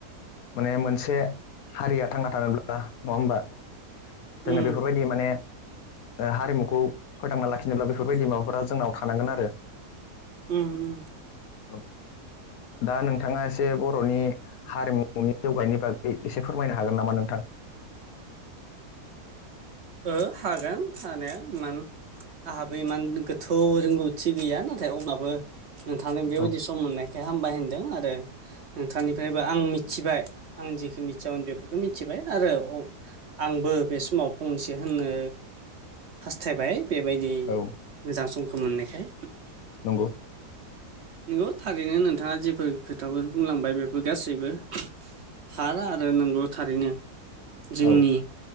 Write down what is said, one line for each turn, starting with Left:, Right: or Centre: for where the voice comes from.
Left: माने मोनसे हारिया थांना थानोब्ला नङा होमबा जोंनो
Right: उम
Left: बेफोरबायदि माने ओ हारिमुखौ फोथांना लाखिनोब्ला बेफोरबायदि माबाफोरा जोंनाव थानांगोन आरो
Right: उम उम
Left: औ दा नोंथाङा एसे बर'नि हारिमुनि जौगानायनि बागै एसे फोरमायनो हागोन नामा नोंथां
Right: ओ हागोन हानाया मान आंहाबो इमान गोथौ रोंगौथि गैया नाथाय अब्लाबो नोंथांनो बेबायदि
Left: औ
Right: सम मोननाय खाय हामबाय होनदों आरो नोंथांनिफ्रायबो आं मिथिबाय आं जेखो मिथियामोन बेफोरखौ मिथिबाय आरो आंबो बे समाव फंसे होननो हास्थायबाय बेबायदि
Left: औ
Right: मोजां समखौ मोननायखाय
Left: नंगौ
Right: नंगौ थारैनो नोंथाङा जेफोर खोथाफोर बुंलांबाय बेफोर गासैबो थार आरो नंगौ थारैनो जोंनि
Left: औ